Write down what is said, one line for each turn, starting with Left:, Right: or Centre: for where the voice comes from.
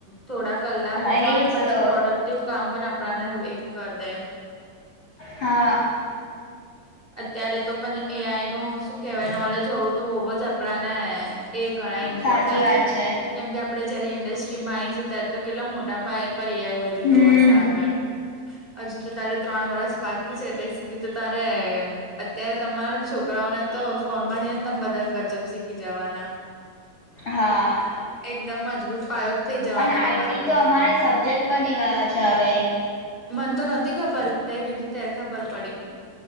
Right: થોડા કલાકોમાં
Left: હા એજ
Right: ને પાછું
Left: તો
Right: પ્રોડક્ટ તેવું કામ પણ આપણાને એક કર દે
Left: હા
Right: અત્યારે તો પણ એઆઈ નું શું કેવાય, નોલેજ હોવું તો બોવ જ આપણા ને એ ગણાય ઇમ્પોર્ટન્ટ
Left: સાચી વાત છે
Right: કેમ કે આપડે જયારે ઇન્ડસ્ટ્રીમાં આવીશું ત્યારે તો કેટલા મોટા પાયે પર્યાય વધી
Left: હમ
Right: ગયો હશે આગળ હજુ તો તારે ત્રણ વરસ બાકી છે, તઈ સુધી તો તારે અત્યારે તમારા છોકરાઓને તો ફોન માંથી ને તમે બધા ગજબ શીખી જવાના
Left: હા
Right: એકદમ મજબૂત પાયો થઈ જવાનો
Left: અને આઈટી
Right: તમારા બધાનો
Left: તો અમારે સબ્જેક્ટ બની ગયો છે, હવે ઈ
Right: મને તો નથી ખબર, તે કીધું ત્યારે ખબર પડી.